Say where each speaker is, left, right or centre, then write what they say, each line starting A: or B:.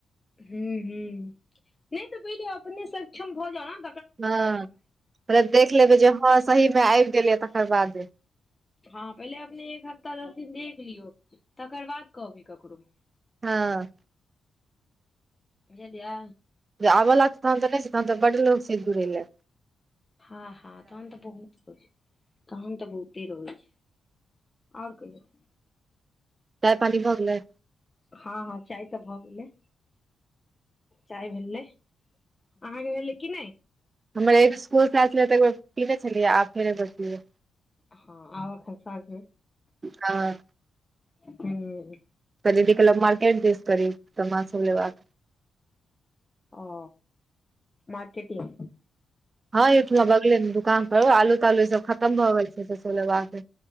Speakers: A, on the left; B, on the right.
A: हूं हूं नय तऽ पहिले अपने सक्षम भऽ जाउ न
B: हँ फेर देख लेबै जे हँ सही मे आबि गेलै तकर बादे
A: हँ पहिले अपने एक हफ्ता दस दिन देख लियौ तकर बाद कहबै ककरो
B: हँ
A: बुझलियै
B: जे आबऽ लागै तहन तऽ नय छै तहन तऽ बड़ लोक छै जूड़ै ले
A: हँ -हँ तहन तऽ बहु काम तऽ बहुते रहै छै आओर कहियौ
B: चाय पानि भ गेलै
A: हँ- हँ चाय तऽ भऽ गेलै। चाय भेलै अहाँके भेलै कि नहि।
B: हमर स्कुलसँ आयल छलै तऽ पीने छलियै आब फेरो एक बेर पिबे।
A: हँ आब एखन साँझमे
B: हँ
A: हु।
B: दीदी गेलो माकेट के दिसन कनि समान सबलेबाक।
A: ओ मार्केटिग।
B: हँ एहिठमा बगले मे दुकान पर आलू तालू ई सब खतम भऽ गेल छै से सब लेबाक छै